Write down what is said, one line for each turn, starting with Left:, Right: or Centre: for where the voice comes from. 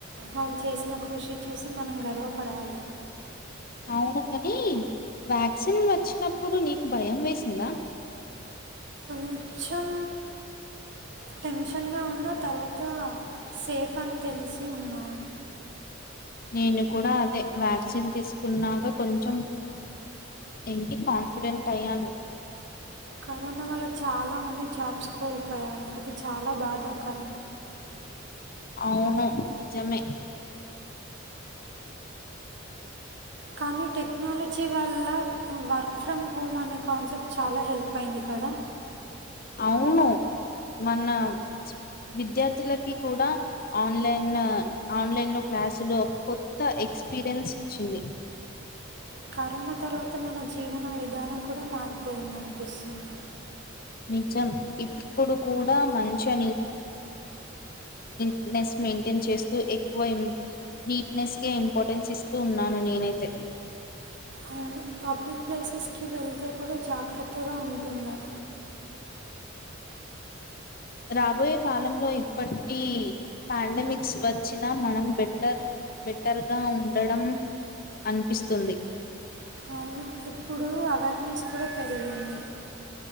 Right: వాళ్ళు చేసిన కృషి చూసి మనం గర్వపడాలి
Left: అవును కాని వ్యాక్సిన్ వచ్చినప్పుడు నీకు భయం వేసిందా
Right: కొంచెం టెన్షన్గా ఉన్న తర్వాత సేఫ్ అని తెలిసి ఉన్నాము
Left: నేను కూడా అదే వ్యాక్సిన్ తీసుకున్నాక కొంచెం ఏంటి కాన్ఫిడెంట్ అయ్యాను
Right: కరోనా వల్ల చాలా మంది జాబ్స్ కోల్పోయారు అది చాలా బాధాకరం
Left: అవును నిజమే
Right: కానీ టెక్నాలజీ వాల్ళ అలా వర్ వర్క్ ఫ్రమ్ హోమ్ అనే కాన్సెప్ట్ చాలా హెల్ప్ అయింది కదా
Left: అవును మన విద్యార్థులకి కూడా ఆన్లైన్ ఆన్లైన్ లో క్లాసులు ఒక కొత్త ఎక్స్పీరియన్స్ ఇచ్చింది
Right: కరోనా తర్వాత మన జీవన విధానం కూడా మారిపోయిందనిపిస్తుంది
Left: నిజం ఇప్పుడు కూడా మంచి నీట్నెస్ మెయింటైన్ చేస్తూ ఎక్కువ నీట్నెస్కే ఇంపార్టెన్స్ ఇస్తూ ఉన్నాను నేనైతే
Right: అవును పబ్లిక్ ప్లేసెస్కి వెళ్తే కూడా జాగ్రత్తగా ఉంటున్నాం
Left: రాబోయే కాలంలో ఇప్పటి పాండమిక్స్ వచ్చినా మనం బెటర్ బెటర్గా ఉండడం అనిపిస్తుంది
Right: అవును ఇప్పుడు అవేర్నెస్ కూడా పెరిగింది